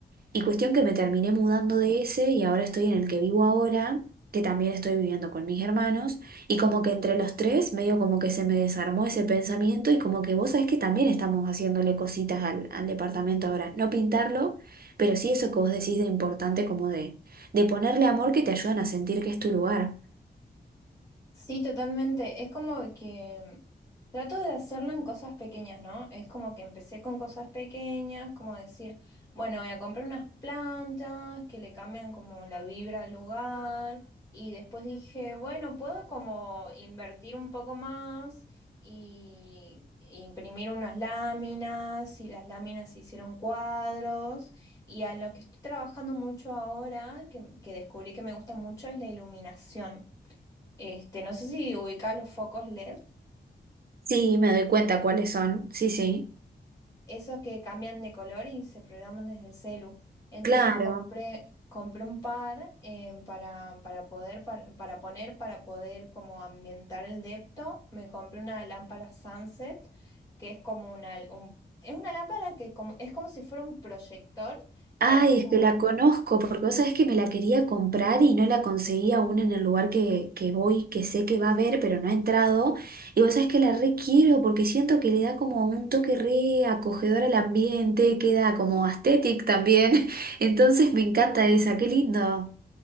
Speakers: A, on the right (about 55°); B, on the left (about 20°).
A: Y cuestión que me terminé mudando de ese y ahora estoy en el que vivo ahora, que también estoy viviendo con mis hermanos, y como que entre los tres medio como que se me desarmó ese pensamiento y como que vos sabés que también estamos haciéndole cositas al, al departamento ahora, no pintarlo, pero sí eso que vos decís de importante como de, de ponerle amor que te ayudan a sentir que es tu lugar.
B: Sí, totalmente. Es como que trato de hacerlo en cosas pequeñas, ¿no? Es como que empecé con cosas pequeñas, como decir, bueno, voy a comprar unas plantas que le cambian como la vibra al lugar. Y después dije, bueno, puedo como invertir un poco más y imprimir unas láminas y las láminas hicieron cuadros. Y a lo que estoy trabajando mucho ahora, que, que descubrí que me gusta mucho, es la iluminación. Este, no sé si ubicás los focos LED,
A: Sí, me doy cuenta cuáles son, sí, sí,
B: esos que cambian de color y se programan desde el celu. Entonces
A: claro.
B: compré, compré un par eh, para, para poder, para, para poner, para poder como ambientar el depto. Me compré una lámpara Sunset, que es como una, un- es una lámpara que como- es como si fuera un proyector que
A: Ay,
B: hace como,
A: es que la conozco, porque vos sabés que me la quería comprar y no la conseguí aún en el lugar que, que voy, que sé que va a haber, pero no ha entrado. Y vos sabés que la requiero porque siento que le da como un toque re acogedor al ambiente, queda como aesthetic también. <laughs> Entonces me encanta esa, qué lindo.